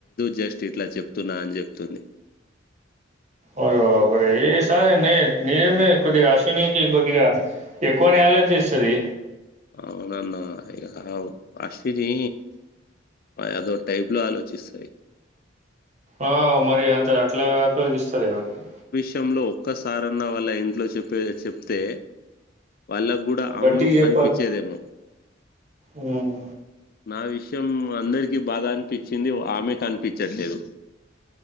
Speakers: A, on the left (about 50°); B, on the right (about 35°).
A: జస్ట్ ఇట్లా చెప్తున్నా అని చెప్తుంది
B: ఒరేయ్ బాబు రే ఏ సార్ నే నిజేమ కొదిగా అశ్వినికి కొదిగా ఎక్కువనే ఆలోచిస్తుది
A: అవునన్నా ఇగ అశ్విని అదో టైప్ లో ఆలోచిస్తాయి
B: ఆ మరి అంత అట్లా అట్లా ఆలోచిస్తారా ఎవరైనా
A: విషంలో ఒక్కసారన్నా వాళ్ళ ఇంట్లో చెప్పే చెప్తే వాళ్ళకు కూడాూ అవును
B: గట్టిగా చెప్పాలి
A: అనిపించేదేమో
B: ఉమ్
A: నా విషయం అందరికిీ బాధ అనిపించింది ఆమెకు కనిపించట్లేదు